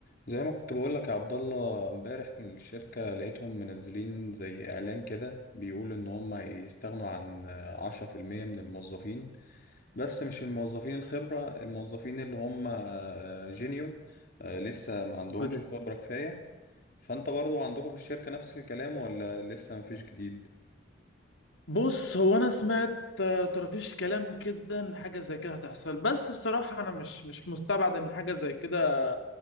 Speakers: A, on the left (about 45°); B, on the left (about 70°).
A: زي ما كنت بقول لك يا عبد الله امبارح كان الشركة لقيتهم منزلين زي اعلان كده بيقول ان هم يستغنوا عن عشرة في المية من الموظفين بس مش الموظفين الخبرة الموظفين اللي هم جينيور لسه ما عندهمش
B: جدد
A: خبرة كفاية فانت برضو عندكم في الشركة نفس الكلام ولا لسه ما فيش جديد
B: بص هو انا سمعت آه، طرطيش كلام كده ان حاجه زي كده هتحصل بس بصراحه انا مش مش مستبعد ان حاجه زي كده